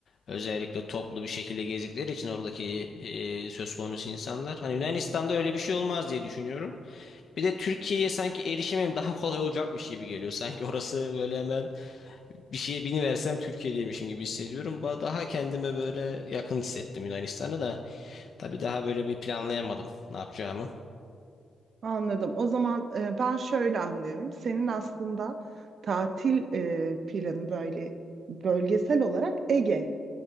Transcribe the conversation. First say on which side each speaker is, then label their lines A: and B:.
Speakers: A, on the left (about 65°); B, on the right (about 65°).
A: Özellikle toplu bir şekilde gezdikleri için oradaki e, söz konusu insanlar. Hani Yunanistan'da öyle bir şey olmaz diye düşünüyorum. Bir de Türkiye'ye sanki erişimim daha kolay olacakmış gibi geliyor. Sanki orası böyle hemen bir şeye biniversem Türkiye'deymişim gibi hissediyorum. Ba- Daha kendime böyle yakın hissettim Yunanistan'ı da. Tabii daha böyle bir planlayamadım ne yapacağımı.
B: Anladım. O zaman e, ben şöyle anlıyorum. Senin aslında tatil e, planı böyle bölgesel olarak Ege.